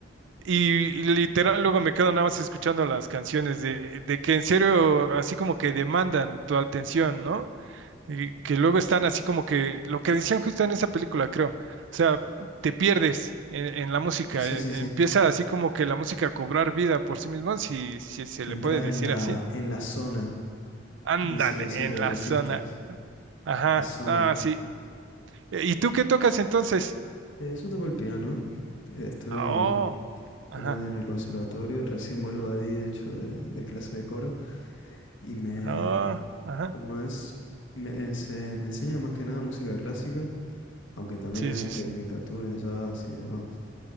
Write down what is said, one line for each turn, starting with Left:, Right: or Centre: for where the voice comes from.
Right: y, y literal luego me quedo nada más escuchando las canciones de, de que en serio, así como que demandan tu atención, ¿no? Y que luego están así como que, lo que decían justo en esa película, creo, o sea, te pierdes en, en la música,
Left: Sí,
Right: eh,
Left: sí, sí.
Right: empieza así como que la música a cobrar vida por sí misma, si, si se
Left: entras
Right: le puede decir
Left: en la,
Right: así.
Left: en la zona,
Right: Ándale,
Left: dicen así
Right: en
Left: los
Right: la
Left: jazzistas.
Right: zona. Ajá,
Left: The Zone.
Right: no, sí. Eh, ¿Y tú qué tocas entonces?
Left: Eso toco el piano. Eh, Estuve
Right: Oh,
Left: como
Right: ajá,
Left: es en el conservatorio. Recién vuelvo de ahí, de hecho, de, de clase de coro. Y me,
Right: oh, ajá.
Left: como es, me, ense- me enseña más que nada música clásica, aunque también
Right: Sí,
Left: hay
Right: sí,
Left: tecnicatura
Right: sí.
Left: en jazz y demás.